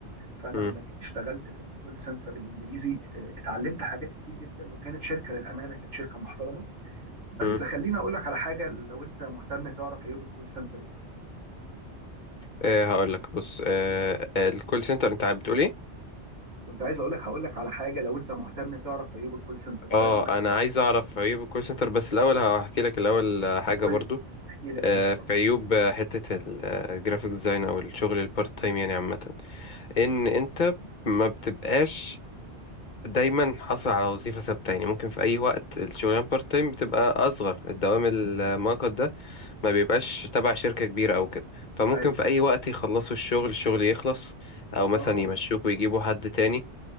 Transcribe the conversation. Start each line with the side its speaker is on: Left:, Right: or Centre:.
Right: فانا
Left: امم
Right: لما جيت اشتغلت في الكول سنتر الانجليزي آه، اتعلمت حاجات كتير جدا وكانت شركه للامانه كانت شركه محترمه بس
Left: امم
Right: خليني اقول لك على حاجه لو انت مهتم تعرف عيوب الكول سنتر
Left: آه هقول لك بص آه آه، الكول سنتر انت بتقول ايه
Right: كنت عايز اقول لك هقول لك على حاجه لو انت مهتم تعرف في ايوب الكول سنتر كنت
Left: اه
Right: عايز اقول لك
Left: انا عايز اعرف عيوب الكول سنتر بس الاول هحكي لك الاول آه، حاجه
Right: قول
Left: برضو
Right: لي احكي لي يا سيدي
Left: آه، في عيوب آه، حته الجرافيك ديزاين او الشغل البارت تايم يعني عامه ان انت ما بتبقاش دايما حاصل على وظيفه ثابته يعني ممكن في اي وقت الشغلانه بارت تايم بتبقى اصغر الدوام المؤقت ده ما بيبقاش تبع شركه كبيره او كده فممكن
Right: اي
Left: في اي وقت يخلصوا الشغل الشغل يخلص او
Right: اه
Left: مثلا يمشوك ويجيبوا حد تاني